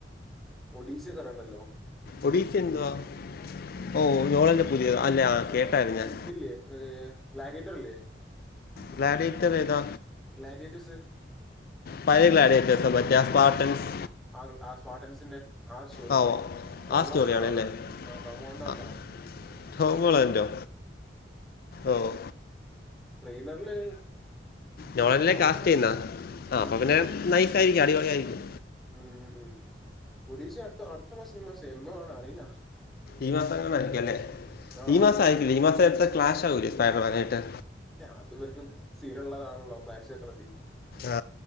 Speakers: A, in the centre; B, on the left.
A: ഒഡീഷ കറണ്ടല്ലോ
B: ഒഡീസി എന്തുവാ ഓ നോളല്ലേ പുതിയ അല്ലെ ആഹ് കേട്ടായിരുന്നു ഞാൻ
A: ഇതില്ലേ ഗ്ലാഡിയേറ്റർ ഇല്ലേ
B: ഗ്ലാഡറ്റർ ഏതാ
A: ഗ്ലാഡിയേറ്റേഴ്സ്
B: പഴെ ഗ്ലാഡേറ്റർസ് മറ്റോ സ്പാർട്ടൻസ്
A: ആഹ് ആഹ് സ്മാർട്ടൻസിന്റെ ആഹ് സ്റ്റോറി
B: ആ ഓ
A: ടോമോളന്റെ
B: ആ സ്റ്റോറിയാണ്
A: നടനേ
B: അല്ലേ
A: ആഹ് ടോമോളന്റെ
B: ആ
A: നടേ
B: ടോം ഹോളൻ്റോ ഓഹ്
A: ട്രെയിലറില്
B: നോളിലെ
A: ഉം നോളിന്റെ
B: കാസ്റ്റ്
A: കസ്
B: ചെയ്യുന്നാ ആഹ്
A: ഉം
B: അപ്പൊ പിന്നെ
A: ആണ്
B: നൈസായിയിരിക്കും അടിപൊളിയ ആയിരിക്കും
A: ഉം ഉം ഉം ഒടീസ അടുത്ത അടുത്ത മാസ ഈ മാസം എന്നോ ആണ അറിയില്ല
B: ഈ മാസം അങ്ങനെ ആയിരിക്കും അല്ലേ
A: ആ
B: ഈ
A: ആവും
B: മാസം ആയിരിക്കില്ലേ ഈ മാസം എടുത്ത ക്ലാഷ് ആകൂല സ്പൈഡൻമാർ ആയിട്ട്
A: ഏഹ് അത് ഇവർക്കും സ്ഥീര ഉള്ളതാണല്ലോ ക്ലാഷ് വെക്കണത്
B: ആ